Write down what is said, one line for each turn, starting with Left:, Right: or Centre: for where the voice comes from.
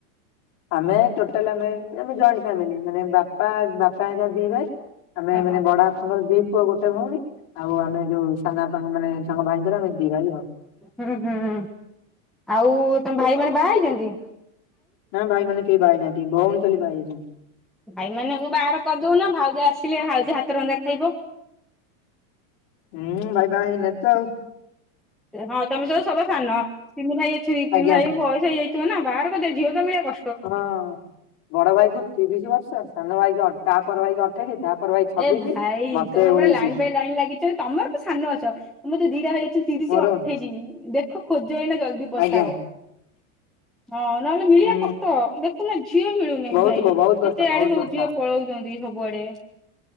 Left: ଆମେ ଟୋଟାଲଆମେ ଜଏଣ୍ଟ ଫାମିଲି, ମାନେ ବାପା ବାପା ହେଲା ଦି ଭାଇ ଆମେ
Centre: ଓହୋ।
Left: ମାନେ ବଡ ବାପାଙ୍କର ଦି ପୁଅ ଗୋଟେ ଭଉଣୀ, ଆଉ ଆମେ ଯୋଉ ସାନବାପା ମାନେ ତାଙ୍କ ଭାଇ ଦି ଭାଇ ଆଉ
Centre: ହୁଁ ହୁଁ, ଆଉ ତମ ଭାଇ ମାନେ ବାହା ହେଇଛନ୍ତି?
Left: ନାଇ ଭାଇ ମାନେ, କେହି ବହାହେଇନାହାନ୍ତି ଭଉଣୀ ଖାଲି ବାହାହେଇଛନ୍ତି।
Centre: ଭାଇ ମାନଙ୍କୁୁ ବାହାର କରିଦଉନା ଭାଉଜ ଆସ ଥିଲେ ଭାଉଜ ହାତ ରନ୍ଧା ଖାଇବ।
Left: ହୁଁ, ଭାଇ ବାହାହେଇନାହାନ୍ତି ତ।
Centre: ହଁ ତମେ ସବ ସଭା ସାନ, ତିନି ଭାଇ ଅଛନ୍ତି
Left: ଆଜ୍ଞା।
Centre: ତିନି ଭାଇଙ୍କୁ ବୟସ ହେଇଯାଇଥିବନା? ବାହାର କରିଦିଅ ଝିଅ ତ ମିଳବ।
Left: ହଁ ବଡ ଭାଇକୁ ତିରିଶ ବର୍ଷ, ସାନ ଭାଇକୁ ତାପର ଭାଇକି ଅଠେଇଶି, ତା ପର ଭାଇ ଛବିଶି।
Centre: ଏ ଭାଇ
Left: ମତେ
Centre: ତମର
Left: ଉଣେଇଶି
Centre: ପୁରା ଲାଇନ୍ ବାଇ ଲାଇନ୍ ଲାଗିଛ, ତମର ତ ସାନ ଅଛ, ତମର ଯ ଦିଟା ଭାଇ ତିରିଶ,
Left: ମୋର
Centre: ଅଠେଇଶି ଦେଖ ଖୋଜ ଏଇନା ଜଲ୍ଦୀ ପ୍ରସ୍ତାବ।
Left: ଆଜ୍ଞା
Centre: ହଁ ନହେଲେ ମିଳିବା
Left: ହୁଁ
Centre: କଷ୍ଟ, ଦେଖୁନ ଝିଅ ମିଳୁନାଇ
Left: ବହୁତ
Centre: ଭାଇ,
Left: କ ବହୁତ
Centre: କେତେ
Left: କଷ୍ଟ ବହୁତ
Centre: ଆଡେ ସବୁ
Left: କଷ୍ଟ।
Centre: ଝିଅ ପଳଉଛନ୍ତି। ସବୁଆଡେ